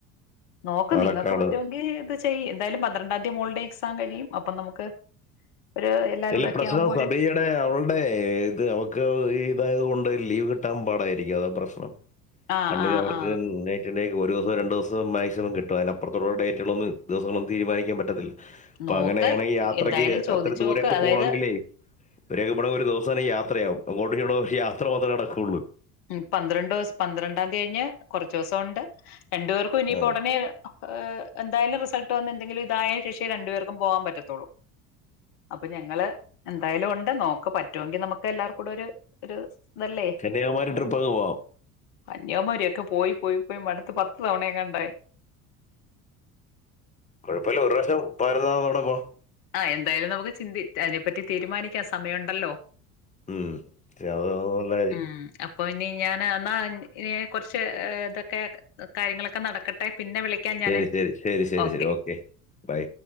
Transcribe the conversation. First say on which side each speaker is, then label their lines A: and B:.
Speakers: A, on the left (about 55°); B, on the left (about 15°).
A: നോക്ക്
B: പാലക്കാട്
A: നിങ്ങൾക്ക് പറ്റുമെങ്കിത് ചെയ്യ എന്തായാലും പന്ത്രണ്ടാം തീയതി മോളുടെ <unintelligible> കഴിയും അപ്പൊ നമുക്ക് ഒരു എല്ലാരൂടെ
B: ഇല്ല
A: ഒക്കെ
B: പ്രശ്നം
A: ആവുമ്പോ ഒരു
B: സഭയുടെ അവളുടെ ഇത് അവക്ക് ഇതായത് കൊണ്ട് ലീവ് കിട്ട കിട്ടാൻ പാടായിരിക്കും അതാ പ്രശ്നംകണ്ട
A: ആ ആ
B: അവർക്ക്റ്റ
A: ആ
B: അക്ക് ഒരുസവും രണ്ട്സവും മാക്സിമം കിട്ട അതിനപ്പുറുള്ള ഡേറ്റുകളൊന്ന ദിവസങ്ങളൊന്നും തീരുമാനിക്കൻ പറ്റത്തില്ല അപ്പൊ
A: നോക്ക്
B: അങ്ങനെയാണെങ്കിൽ യാത്രക്ക്
A: എന്തായാലും ചോദിച്ചു
B: അത്ര ദൂരൊക്കെ
A: നോക്ക് അതായത്
B: പോണമെങ്കിൽേ ഒണ ഒരു ദിവസ ത യാത്രയാകവും അങ്ങോട്ട് ഇവടെ യാത്ര മാത്ര നടക്കുള്ളൂ
A: ഉ പന്ത്രണ്ട് ദിവസം പന്ത്രണ്ടാംയതി കഴിഞ് കുറച്ച ദിവസം ഉണ്ട്. രണ്ടു പേർക്കും ഇനിയിപ്പോ
B: ആ.
A: ഉടനെ് ഐ ഇതായാലും റിസൾട്ട് വന്ന എന്തങ്കിലും ഇതായ ശേഷേ രണ്ടു പേർക്കും പോവാൻ പറ്റത്തുള്ളൂ അപ്പൊ ഞങ്ങള് എന്തായാലും ഉണ്ട് നോക്ക പറ്റുമെങ്കിൽ നമുക്ക് എല്ലാർ കൂടെ ഒരു ഒര് ല്ലേറ്റ
B: കന്യാകുമാരി ട്രിപ്പ് അങ്ങ് പോവാം
A: കന്യാമാരിക്കെ പോയി പോയി ഇപ്പ അടുത്ത പത്ത് തവണയെങ്ങാണ്ടായി.
B: കുഴപ്പമില്ല ഒരു പ്രാവശ്യം പതിനൊന്നമത്ത തവണ പോവ
A: ആ എന്തായാലും നമുക്ക് ചിന്തി അതിനെപ്പറ്റി തീരുമാനിക്കാൻ സമയമുണ്ടല്ലോ?
B: ഉം അത നല്ല കാര്യം.
A: ഉം അപ്പൊ ഇനി ഞാൻ എന്നാ ഇ കുറച്ച് ഇതൊക്കെ കാര്യങ്ങളൊക്കെ നടക്കട്ടെ? പിന്നെ വിളിക്കാൻ ഞാന്
B: ശരി ശരി ശരി ശരി
A: ഓക്കെ.
B: ശരി ബൈ